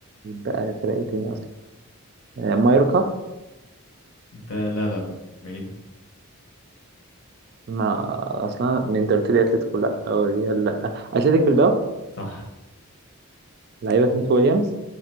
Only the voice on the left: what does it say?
تا- لا لا لا بعيدة
صح